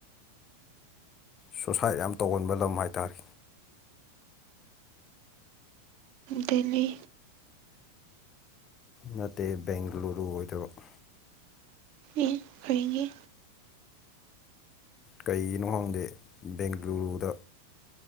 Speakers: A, on the left (about 30°); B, on the right (about 45°).
A: ꯁꯨꯏꯁꯥꯏꯠ ꯌꯥꯝ ꯇꯧꯒꯟꯕ ꯂꯝ ꯍꯥꯏ ꯇꯥꯔꯦ
B: ꯗꯦꯜꯂꯤ
A: ꯅꯠꯇꯦ ꯕꯦꯡꯒꯂꯨꯔꯨ ꯑꯣꯏꯗꯧꯕ
B: ꯑꯦ ꯀꯩꯒꯤ
A: ꯀꯩꯒꯤꯅꯣ ꯈꯪꯗꯦ ꯕꯦꯡꯒꯂꯨꯔꯨꯗ